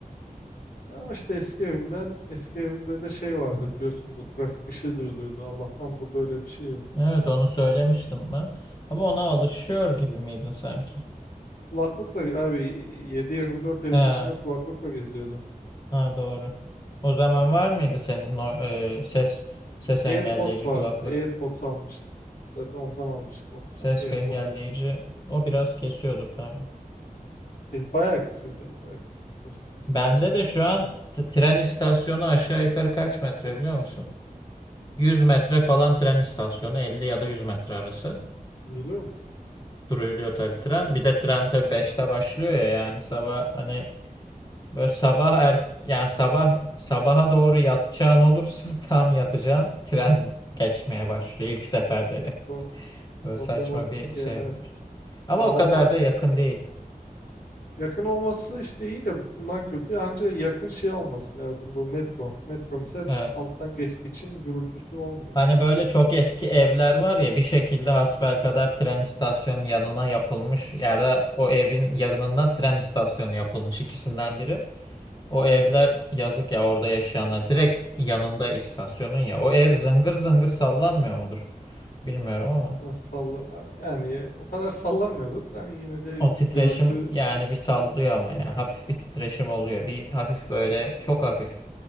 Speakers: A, on the left; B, on the left.
A: Ama işte eski evimden, eski evimde de şey vardı
B: Hı hı.
A: biliyorsun bu trafik ışığı duyuluyordu. Allah'tan burada öyle bir şey yok.
B: Evet onu söylemiştim ben. Ama ona alışıyor gibi miydin sanki?
A: Kulaklıkla abi 7 dört evin
B: He,
A: içinde kulaklıkla geziyordum.
B: ha doğru. O zaman var mıydı senin o, e, ses ses
A: AirPods
B: engelleyici
A: vardı.
B: kulaklık?
A: AirPods almıştım. Zaten ondan almıştım
B: Ses
A: hatta. AirPods.
B: engelleyici o biraz kesiyordur tabii.
A: E, bayağı kesiyordu ya. Bayağı kesiyordu. Konuşurken sıkıntı
B: Bende
A: şey
B: de şu an t- tren istasyonu aşağı yukarı kaç metre biliyor musun? 100 metre falan tren istasyonu 50 ya da 100 metre arası.
A: Duyuluyor mu?
B: Duruluyor tabii tren. Bir de tren tabii beşte başlıyor ya yani sabah hani böyle sabah er yani sabah sabaha doğru yatacağın olursa <laughs> tam yatacağın tren geçmeye başlıyor ilk seferleri.
A: O- pro-
B: Böyle
A: problematik
B: saçma bir şey
A: ya. Evet.
B: olur. Ama
A: Ya
B: o kadar
A: o
B: da yakın değil.
A: yakın olması işte iyi de bundan kötü. Ancak yakın şey olması lazım bu metro. Metro misal
B: Evet.
A: alttan geçtiği için gürültüsü olmuyor.
B: Hani böyle çok eski evler var ya bir şekilde hasbelkader tren istasyonunun yanına yapılmış ya da o evin yanından tren istasyonu yapılmış ikisinden biri. O
A: Evet.
B: evler yazık ya orada yaşayanlar direkt yanında istasyonun ya o ev zıngır zıngır sallanmıyor mudur? Bilmiyorum ama
A: Ha, Salla yani o kadar sallamıyordur. Yani yine de
B: o
A: gürültü.
B: titreşim yani bir sallıyor ama ya hafif bir titreşim oluyor bir hafif böyle çok hafif.